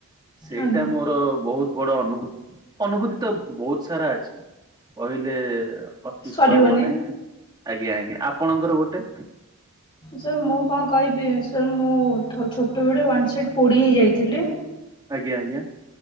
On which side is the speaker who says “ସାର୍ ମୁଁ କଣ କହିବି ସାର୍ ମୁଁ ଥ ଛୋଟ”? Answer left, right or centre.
Left